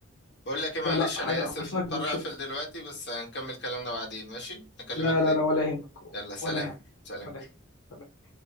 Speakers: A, on the left (about 55°); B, on the left (about 80°).
A: بقول لك ايه معلش
B: لا لا حاجه
A: انا اسف
B: انصحك
A: مضطر
B: بيه
A: اقفل دلوقتي بس هنكمل كلامنا بعدين ماشي اكلمك
B: لا
A: تاني
B: لا لا ولا يهمك
A: يلا سلام
B: ولا يهمك
A: سلام
B: ولا يهمك